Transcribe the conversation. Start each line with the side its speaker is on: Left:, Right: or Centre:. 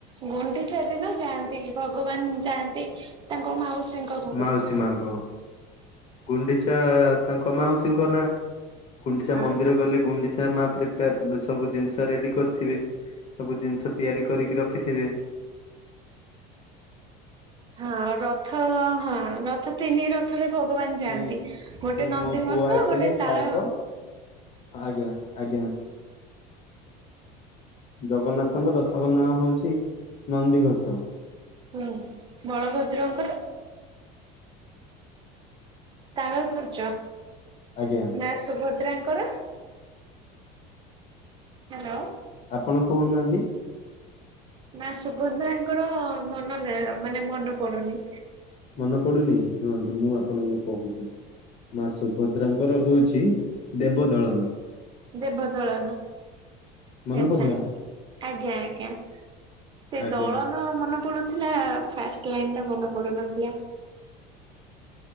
Right: ଗୁଣ୍ଡିଚା ଦିନ ଯାଆନ୍ତି, ଭଗବାନ ଯାଆନ୍ତି। ତାଙ୍କ ମାଉସୀଙ୍କ ଘରକୁ।
Left: ମାଉସୀ ମାଙ୍କ ଗୁଣ୍ଡିଚା ତାଙ୍କ ମାଉସୀଙ୍କ ନାଁ ଗୁଣ୍ଡିଚା
Right: ହଁ
Left: ମନ୍ଦିର ଗଲେ ଗୁଣ୍ଡି ଆଛା ମା ପ୍ରିପ ସବୁ ଜିନିଷ ରେଡି କରିଥିବେ, ସବୁ ଜିନିଷ ତିଆରି କରିକି ରଖିଥିବେ ସେ
Right: ହଁ, ରଥ ହଁ ରଥ ତିନି ର ଥରେ ଭଗବାନ ଯାଆନ୍ତି
Left: କି
Right: ଗୋଟେ
Left: କି
Right: ନନ୍ଦୀ
Left: ମୋ ପୁଅ
Right: ଘୋଷ
Left: ଆସିଲେ
Right: ଗୋଟେ
Left: ଖାଇବ
Right: ତାଳ
Left: ଆଜ୍ଞା! ଆଜ୍ଞା! ଜଗନ୍ନାଥଙ୍କ ରଥଙ୍କ ନାଁ ହଉଛି ନନ୍ଦିଘୋଷ।
Right: ହୁଁ ବଳଭଦ୍ରଙ୍କର? ତାଳ ଧ୍ୱଜ।
Left: ଆଜ୍ଞା।
Right: ନା ସୁଭଦ୍ରାଙ୍କର। ହ୍ୟାଲୋ।
Left: ଆପଣ କହୁନାହାନ୍ତି?
Right: ନା ସୁଭଧ୍ରାଙ୍କର ମନ ମାନେ ମନେ ପଡୁନି।
Left: ମନେ ପଡୁନି ଶୁଣନ୍ତୁ ମୁଁ ଆପଣଙ୍କୁ କହୁଛି। ମା ସୁଭଦ୍ରାଙ୍କର ହଉଛି ଦେବ ଦଳନ।
Right: ଦେବଦଳନ।
Left: ମନେ
Right: ଆଚ୍ଛା!
Left: ପଡିଲା
Right: ଆଜ୍ଞା! ଆଜ୍ଞା! ସେ
Left: ଆଜ୍ଞା
Right: ଦଳ ମନେ ପଡୁଥିଲା ଫାଷ୍ଟ ଲାଇନ ଟା ମନେ ପଡୁନଥିଲା।